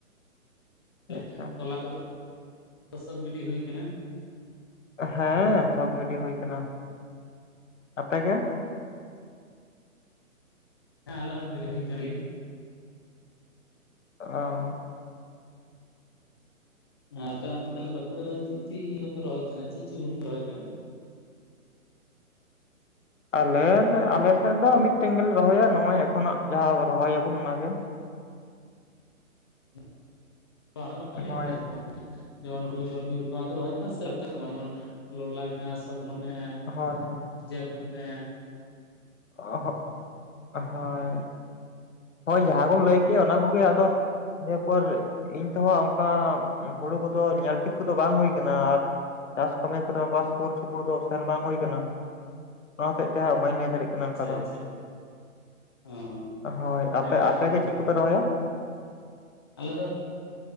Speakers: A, on the left; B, on the left.
A: <unintelligible>
B: ᱟᱪᱪᱷᱟ
A: ᱛᱚᱞᱟ ᱠᱚᱫᱚ <unintelligible> ᱫᱚᱱ ᱜᱤᱰᱤ ᱦᱩᱭᱩ ᱟᱠᱟᱱᱟ
B: ᱦᱮᱸ ᱥᱚᱵ ᱜᱟᱹᱰᱤ ᱦᱩᱭ ᱠᱟᱱᱟ ᱟᱯᱮ ᱜᱮ
A: ᱦᱮᱸ ᱟᱞᱮ ᱦᱚᱸ ᱜᱤᱰᱤ ᱦᱩᱭ ᱠᱟᱱ ᱜᱮᱭᱟ
B: ᱚ
A: ᱦᱮ ᱟᱯᱮ ᱚᱱᱛᱮ ᱛᱟᱦᱞᱮ ᱵᱟᱸᱠᱩᱲᱟ ᱨᱮ ᱫᱚ ᱪᱤᱫ ᱪᱤᱫ ᱤᱭᱟᱹ ᱠᱚ ᱯᱮ ᱨᱚᱦᱚᱭ ᱠᱟᱱᱟ ᱪᱤᱫ ᱪᱤᱫ ᱦᱳᱲᱳ ᱠᱚ ᱨᱚᱦᱚᱭ ᱛᱟᱦᱮ ᱱᱟ
B: ᱟᱞᱮ ᱫᱚ ᱟᱞᱮ ᱥᱮᱫ ᱫᱚ ᱢᱤᱫ ᱴᱮᱱ ᱜᱮᱞᱮ ᱨᱚᱦᱚᱭᱟ ᱱᱚᱜ-ᱚᱭ ᱮᱠᱷᱚᱱ ᱱᱟᱜ ᱡᱟᱸᱦᱟ ᱨᱚᱦᱚᱭ ᱟᱵᱚᱱ ᱚᱱᱟ ᱜᱮ
A: <unintelligible> <unintelligible>
B: ᱦᱳᱭ
A: ᱡᱮᱢᱚᱱ <unintelligible> ᱢᱤᱫ ᱨᱚᱠᱚᱢ ᱟᱜ ᱨᱚᱦᱚᱭ ᱛᱟᱦᱮᱫᱟ ᱥᱮ ᱡᱮᱢᱚᱱ ᱞᱚᱞᱟᱴ ᱢᱮᱱᱟᱜᱼᱟ ᱥᱚᱨᱱᱚ ᱢᱮᱱᱟᱜᱼᱟ
B: ᱦᱳᱭ ᱦᱳᱭ
A: ᱡᱟᱹ ᱠᱳ ᱢᱟᱱᱮ
B: ᱦᱳᱭ ᱦᱳᱭ ᱡᱟᱦᱟᱸ ᱠᱚᱢ ᱞᱟᱹᱭ ᱠᱮᱫ ᱚᱱᱟ ᱠᱚᱜᱮ ᱟᱫᱚ ᱱᱤᱭᱟᱹᱯᱚᱨ ᱤᱧ ᱛᱮᱦᱚᱸ ᱚᱱᱠᱟ ᱦᱳᱲᱳ ᱠᱚᱫᱚ ᱧᱮᱞ ᱴᱷᱤᱠ ᱠᱚᱫᱚ ᱵᱟᱝ ᱦᱩᱭ ᱟᱠᱟᱱᱟ ᱟᱨ ᱪᱟᱥ ᱠᱟᱹᱢᱤ ᱠᱚᱨᱮ ᱵᱟᱥ ᱥᱩᱨ ᱥᱩᱯᱩᱨ ᱫᱚ ᱥᱮᱱ ᱵᱟᱝ ᱦᱩᱭ ᱠᱟᱱᱟ ᱚᱱᱟ ᱦᱚᱛᱮᱡ ᱛᱮ ᱦᱟᱸᱜ ᱵᱟᱹᱧ ᱞᱟᱹᱭ ᱫᱟᱲᱤᱜ ᱼᱼ ᱠᱟᱱᱟ ᱚᱱᱠᱟ
A: ᱟᱪᱪᱷᱟ
B: ᱫᱚ
A: ᱟᱪᱪᱷᱟ ᱚ
B: ᱦᱳᱭ ᱟᱯᱮ
A: ᱦᱮᱸ ᱚᱱᱟ
B: ᱟᱯᱮ ᱜᱮ
A: ᱴᱷᱤᱠ
B: ᱪᱤᱜ ᱠᱚᱯᱮ
A: ᱜᱮᱭᱟ
B: ᱨᱚᱦᱚᱭᱟ?
A: ᱟᱞᱮ ᱫᱚ ᱼᱼ